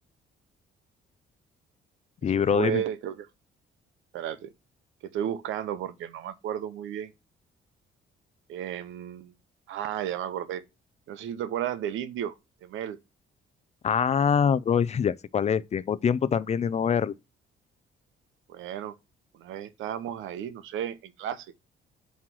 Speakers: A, on the right; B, on the left.
A: Eso
B: y bro,
A: fue,
B: dime.
A: creo que, espérate, que estoy buscando porque no me acuerdo muy bien. Em, ah, ya me acordé. No sé si te acuerdas del indio, de Mel.
B: Ah, bro, <laughs> ya, ya sé cuál es, tengo tiempo también de no verla.
A: Bueno, una vez estábamos ahí, no sé, en clase,